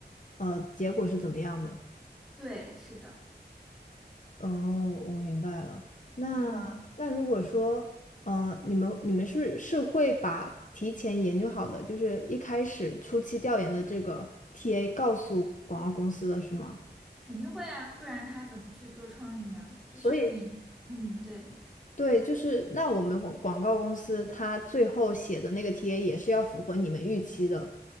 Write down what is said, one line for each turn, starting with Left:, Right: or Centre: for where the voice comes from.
Left: 呃结果是怎么样的。
Centre: 对，是的，
Left: 哦，我明白了。那那如果说，
Centre: 嗯，
Left: 呃，你们你们是是会把提前研究好的，就是一开始初期调研的这个 TA 告诉广告公司的是吗？
Centre: 肯定会啊，不然他怎么去做创意呢？就是你，
Left: 所以
Centre: 嗯，对。
Left: 对，就是那我们广广告公司它最后写的那个 TA 也是要符合你们预期的，